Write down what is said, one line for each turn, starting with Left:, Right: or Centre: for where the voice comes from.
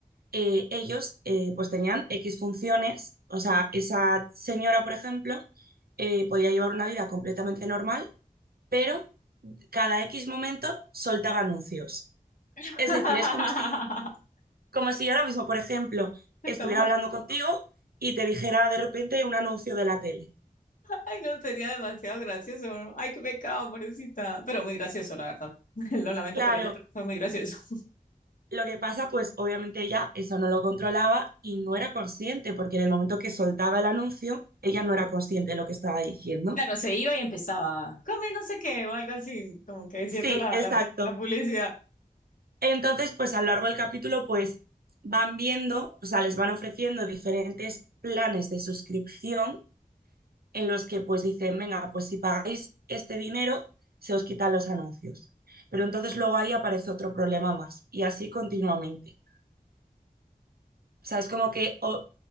Right: eh, ellos eh, pues tenían X funciones, o sea, esa señora, por ejemplo, eh, podía llevar una vida completamente normal, pero cada X momento soltaba anuncios.
Left: <laughs>
Right: Es decir, es como si Como si yo ahora mismo, por ejemplo,
Left: Estamos-
Right: estuviera hablando contigo y te dijera de repente un anuncio de la tele.
Left: Ay, no, sería demasiado gracioso. ¿no? Ay, qué pecado, pobrecita. Pero muy gracioso, la verdad. <laughs> Lo lamento
Right: Claro,
Left: por ella, pero fue muy gracioso. <laughs>
Right: lo que pasa, pues obviamente ella eso no lo controlaba y no era consciente, porque en el momento que soltaba el anuncio, ella no era consciente de lo que estaba diciendo.
Left: Claro, se iba y empezaba, come no sé qué, o algo así, como que diciendo
Right: Sí,
Left: la,
Right: exacto.
Left: la, la publicidad.
Right: Entonces, pues a lo largo del capítulo, pues van viendo, o sea, les van ofreciendo diferentes planes de suscripción en los que pues dicen, venga, pues si pagáis este dinero, se os quitan los anuncios. Pero entonces luego ahí aparece otro problema más y así continuamente. O sea, es como que o-